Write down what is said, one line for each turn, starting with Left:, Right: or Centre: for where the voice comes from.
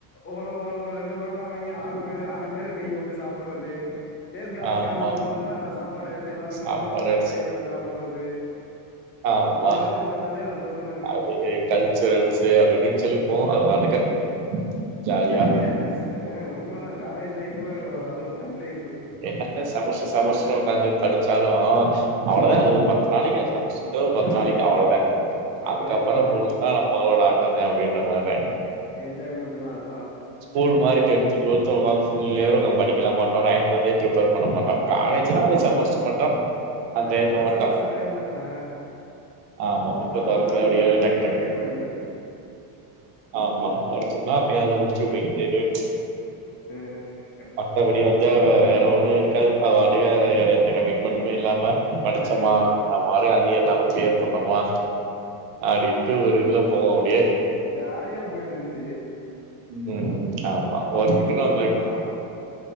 Left: ஒரு ஒரு ஒரு ரெண்டு ப்ரோட்டா வாங்கி ஆளு பேரு ஆறு பேரு கையவுட்டு சாப்புறது டேஸ் காலர்ஸ்
Right: ஆமா
Left: கால்ல கொண்டு வந்தா அந்த சாப்பாடெடுத்து எல்லாரு
Right: சாப்பாடு
Left: மொத்தமா ஆளுக்கொரு
Right: அடிச்சு
Left: கையவுட்டு சாப்புறது
Right: ஆமா
Left: இதலா நெனச்சு பாத்தாலே சந்தோஷமாருக்கு
Right: அது கல்ச்சுரல்ஸு அப்டி இப்டின் சொல்லிட்போவு அது பாட்டுக்கு ம் ஜாலியா
Left: ஜாலியாருந்துச்சு அ உண்மதா காலேஜ் லைஃபு அது ஒரு தனி லைஃபு
Right: என்னாதா செமஸ்ட்ரு செமஸ்ட்ருனு ஒக்காந்து படிச்சாலு
Left: ஆ
Right: அவ்ளதா அது ஒரு பத்து நாளக்கி செமஸ்ட்ருன்றது ஒரு பத்து
Left: நாளைக்கு
Right: நாளக்கி அவ்ளதா
Left: அதா
Right: அதுக்கப்றோ
Left: அதேதா அதேதா
Right: ஃபுல்லா நம்பளோட ஆட்டமே அப்டின்ற மார்தா
Left: என்ஜாய்மெண்ட்டு தா அது
Right: ஸ்கூல் மாரி டென்த்து ட்டுவல்த்துல ஒக்காந்து ஃபுல் நேர ஒக்காந்து படிக்கலா மாட்டோ நைட்டு <unintelligible> பிரிப்பேர் பண்ண மாட்டோ காலேஜினா
Left: ஆமா
Right: அந்த செமஸ்ட்ரு
Left: ஆமா
Right: மட்டு அந்த டையத்துல
Left: கரெக்டா
Right: மட்டு
Left: செமஸ்டர் டைம்ல ஆ
Right: ஆமா புக்க
Left: அப்பதா
Right: தொறந்து
Left: உக்காந்து
Right: அப்பிடியே
Left: கொஞ்ச நாளைக்கு
Right: டக் டக்ன்
Left: அப்டியே படிக்கிறது
Right: ஆமா படிச்சம்னா அப்டியே அத முடிச்சி பொய்கிட்டே இரு
Left: ம் ம்
Right: மத்தபடி வந்து வே வேற ஒன்னு இருக்காது அதபாட்டுக்க வேற எந்த கமிட்மெண்ட்மே இல்லாம படிச்சமா
Left: ஆ
Right: நம்பாட்டுக்கு அரியர் இல்லாம க்ளியர் பண்ணமா அப்டின்ட்டு ஒரு இதுல போவோ அப்டியே
Left: ஜாலியா பொயிட்ருந்தச்சு
Right: வேனு ஆமா ஒர்க்குனா
Left: ஒண்ணுக்கு
Right: பட்
Left: வந்தோ